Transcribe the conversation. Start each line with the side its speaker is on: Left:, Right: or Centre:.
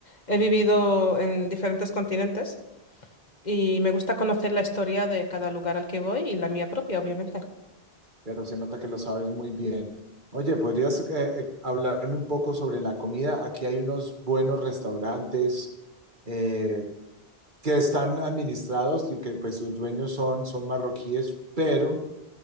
Left: he vivido en diferentes continentes y me gusta conocer la historia de cada lugar al que voy y la mía propia, obviamente.
Right: pero se nota que lo sabes muy bien. Oye, ¿podrías eh, eh, hablarme un poco sobre la comida? Aquí hay unos buenos restaurantes. eh, que están administrados y que pues sus dueños son, son marroquíes, pero